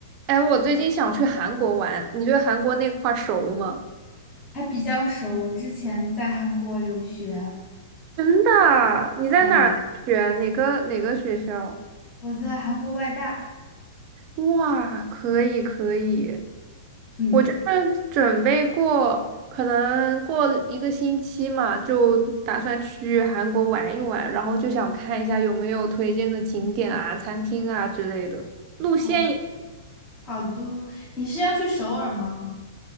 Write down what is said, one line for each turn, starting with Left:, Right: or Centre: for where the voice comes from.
Right: 哎，我最近想去韩国玩，你对韩国那块儿熟吗？
Left: 还比较熟，之前在韩国留学，
Right: 真的啊你在哪儿学？
Left: 嗯，
Right: 哪个哪个学校？
Left: 我在韩国外大，
Right: 哇，可以可以，
Left: 嗯，
Right: 是准备过，可能过一个星期嘛，就打算去韩国玩一玩，然后就想看一下有没有推荐的景点啊、餐厅啊之类的。路线也，
Left: 好好多。你是要去首尔吗？